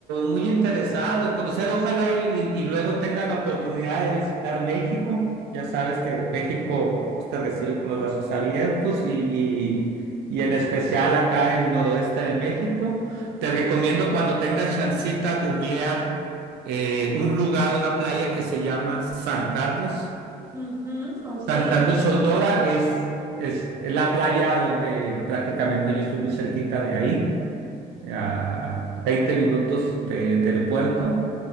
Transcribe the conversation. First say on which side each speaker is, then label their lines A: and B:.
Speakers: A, on the right (about 80°); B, on the right (about 15°).
A: muy interesado en conocer, ojalá y, y- y luego tenga la oportunidad de visitar México. Ya sabes que México pues, te recibe con los brazos abiertos y, y- y en especial acá el noroeste de México. Te recomiendo cuando tengas chancita googlear eh, un lugar, una playa que se llama San Carlos.
B: Ujú, ok,
A: San
B: qué
A: Carlos, Sonora es, es la playa donde prácticamente yo estoy muy cerquita de ahí a 20 minutos de- del puerto.